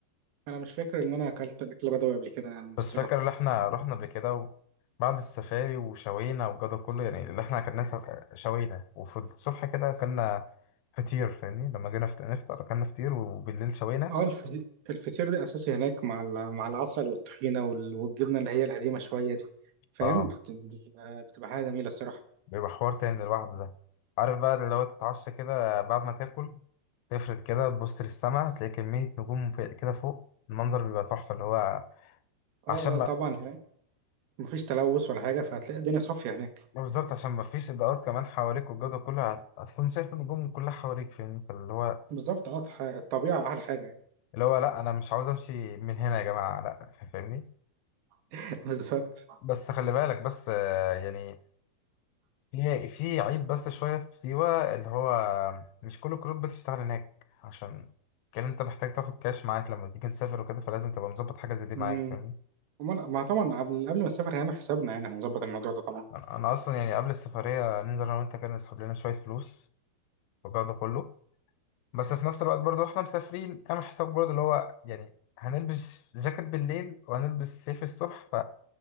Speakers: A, on the right; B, on the left.
A: انا مش فاكر ان انا اكلت اكل بدوي قبل كده يعني الصراحه
B: بس فاكر اللي احنا رحنا قبل كده وبعد السفاري وشوينا والجو ده كله يعني اللي احنا كنا سف- شوينا وفي الصبح كده كنا فطير فاهمني لما جينا فت- نفطر كنا فطير وبالليل شوينا
A: اه الف... الفطير ده اساسي هناك مع ال... مع العسل والطحينه وال... والجبنه اللي هي القديمه شويه دي فاهم
B: اه
A: بت- بتبقى بتبقى حاجه جميله الصراحه
B: بيبقى حوار تاني لوحده ده عارف بقى اللي هو تتعشى كده بعد ما تاكل تفرد كده تبص للسما تلاقي كمية نجوم في- كده فوق المنظر بيبقى تحفة اللي هو
A: اه
B: عشان ما
A: اه طبعا هناك مفيش تلوث ولا حاجه فهتلاقي الدنيا صافيه هناك
B: بالظبط عشان ما فيش إضاءات كمان حواليك والجو ده كله هت- هتكون شايف النجوم كلها حواليك فاهمني فاللي هو
A: بالظبط اه الح- الطبيعه احلى حاجه يعني
B: اللي هو لأ أنا مش عاوز أمشي من هنا يا جماعة لأ فاهمني
A: <laughs> بالظبط
B: بس خلي بالك بس آه، يعني في في عيب بس شوية في سيوة اللي هو مش كل الكروت بتشتغل هناك عشان كان أنت محتاج تاخد كاش معاك لما تيجي تسافر وكده فلازم تبقى مظبط حاجة زي دي معاك
A: امم
B: فاهمني
A: امال ما طبعا قبل قبل ما نسافر هنعمل حسابنا يعني هنظبط الموضوع ده طبعا
B: انا أنا اصلا يعني قبل السفريه ننزل انا وانت كده نسحب لنا شويه فلوس والجو ده كله بس في نفس الوقت برضو احنا مسافرين اعمل حساب برضو اللي هو يعني هنلبس جاكيت بالليل وهنلبس سيف الصبح ف